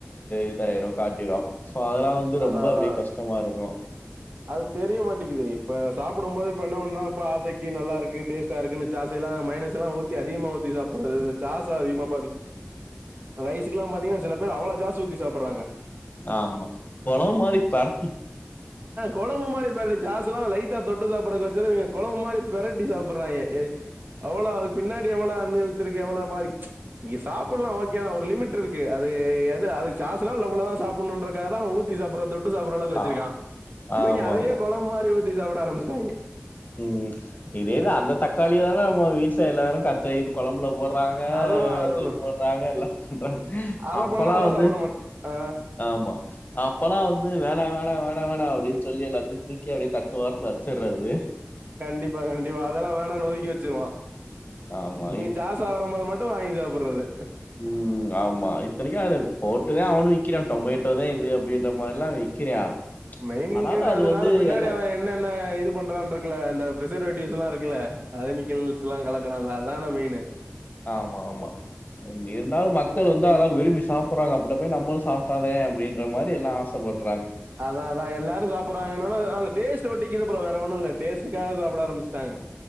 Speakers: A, on the left; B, on the right.
A: இதாயிரும் காட்டிரோம் இப்ப அதெல்லாம் வந்து
B: அதா
A: ரொம்ப
B: அதா
A: அப்படியே கஷ்டமா இருக்கும்
B: அது தெரிய மாட்டேக்குுது இப்ப சாப்பிடும் போது இப்ப என்ன பண்றா இப்ப ஆசைக்கு நல்லா இருக்கு டேஸ்டா இருக்குன்னு சாசை எல்லாம் மைனஸ் எல்லாம் ஊி அதிகமா ஊத்தி சாப்பிறது இந்த சாசை அதிகமா பாத்த ரைஸுக்கு எல்லாம் பாத்தீங்கன்னா சில பேர் அவ்வளோ சாசு ஊித்தி சாிடுறாங்க
A: ஆம்மா பொழவு மாரி பார்த்தி
B: கொழம்பு மாரிப்ப பாரே சாஸ்ஸெல்லாம் லைட்டா தொட்டு சாப்பிடறதாசே கொழம்பு மாரி பெரட்டி சாப்பிடடுறாய்ங்க எ அவ்ளோவ அதுக்கு பின்னாடி எவ்வளோ தண்ணி ஊத்திருகாங்கலா பாவி இ சாப்பல்லாம் ஒகே ஒரு லிமிட்டிருக்கு அது எது அது சாஸெல்லாம் இவ்வளவுதான் சாப்பன்ருக்காவ தான ஊத்தி‌ சாப்புற தொட்டு சப்பர அளவுக்கு வெச்சிருக்கியான்
A: ஆ
B: இவங்க
A: ஆமா
B: அதையே கெழம்பு மாரி ஊத் டலாம் ஆரம்பிச்டுங்க
A: உம் இதேதா அந்த தக்காளியே <unintelligible> எல்லாரும் கத்தது கொழம்புல வர்ராங்க
B: அதுதான்
A: எல்லா
B: அதுதான்
A: திரு போட்டாங்க எல்லா சொல்றாங்க
B: அத
A: அப்பெல்லா
B: பண்ணா அத
A: வந்து
B: சாப்புட மாட் ஆ
A: ஆம்மா அப்பெல்லா வந்து து வேணா வேணா வேணா வேணா அப்டின்னு சொல்லி எல்லாத்தையும் தூக்கி அப்டியே தட்டு ஓரத்துல வெச்சுறது
B: கண்டிப்பா கண்டிப்பா அதெல்லா வேணான்னு ஒதுக்கி வெச்சிருவோ
A: ஆமா
B: இங்க சாஸ் ஆ வரும் போது மட்டு வாங்கி சாப்புறது உள்ளது
A: உம் ஆமா இத்தனைக்கு அதுல போட்டுதா அவனு விக்கிறா டொமேட்டோதா இது அப்டின்றது மாரில்லா விக்கிறா
B: மெயன்
A: ஆனாலு
B: இங்ரிடியண்
A: அது
B: அதனால
A: வந்து
B: பின்னாடி
A: எல்லா
B: அவன் என்னென்ன இது பண்றானு இருக்குல்ல அந்த பிரசர்வேட்டிவ்ஸ்லா இருக்குல்ல அறுமிக்கல்ஸ்லாம் கலக்கரா ல அதான மெயினு
A: ஆமா ஆமா இங்க இருந்தாலும் மேக் க்கள் வந்து அதல்ல விரும்பி சாப்பிறாங்க அப்புறம் நம்மளு சாப்பிட்டாதே அப்டின்ற மாரி எல்லா ஆசப்படுத்
B: அதா அதா எல்லாரு சாப்பிடுறாங்கன்னா அந்த டேஸ்ட் ஒட்டி இதுப்புறம் வேறவொண்ணு இல்ல டேஸ்டக்காக சாப்பிட ஆரம்பிச்சிட்டாங்க